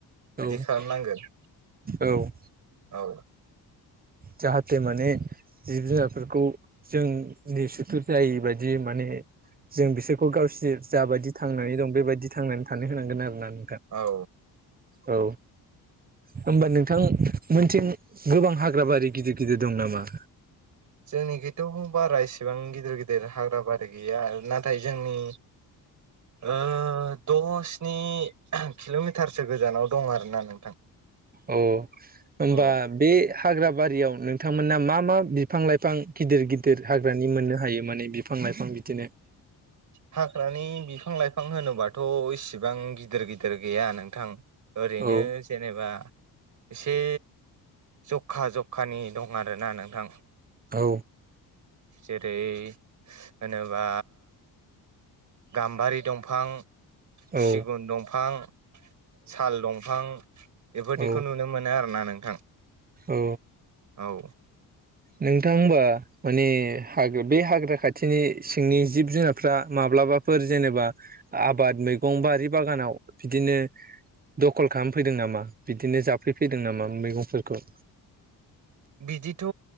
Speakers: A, on the right; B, on the right.
A: बिदि
B: औ
A: खालामनांगोन।
B: औ
A: औ
B: जाहाथे माने जिब जुनारफोरखौ जों निसुथुर जायै बायदि माने जों बिसोरखौ गावसोर जाबायदि थांनानै दं बेबायदि थांनानै थानो होनांगोन आरो ना।
A: औ
B: औ होमबा नोंथां मोनथिं गोबां हाग ग्राबारि गिदिर गिदिर दं नामा?
A: जोंनि खैथ' बारा इसेबां गिदिर गिदिर हाग्राबारि गैया ना थाय जोंनि ओ दसनि किल मिटारसो गोजानाव दं आरोना नोंथां।
B: औ होमबा
A: औ
B: बे हाग्रा बारियाव नोंथांमोना मा मा बिफां लाइफां गिदिर गिदिर हाग्रानि मोननो हायो। माने बिफां फां लाइफां बिदिनो
A: हाग्रानि बिफां लाइफां होनोबाथ' इसिबां गिदिर गिदिर गैया नोंथां। ओरैनो
B: औ
A: जेनेबा एसे ज'खा ज'खानि दं आरोना नोंथां।
B: औ
A: जेरै होनोबा गाम्बारि दंफां,
B: औ
A: सिगुन दंफां साल दंफां बेफोरदिखौ
B: औ
A: नुनो मोनो आरोना नोंथां‌।
B: औ
A: औ
B: नोंथां होमबा माने हाग बे हाग्रा खाथिनि सिंनि जिब जुनारफ्रा माब ब्लाबाफोर जेनेबा आबाद मैगं बारि बागानाव बिदिनो दखल खालामफैदों नामा? बिदिनो जाफैफैदों नामा मैगंफोरखौ
A: बिदिथ'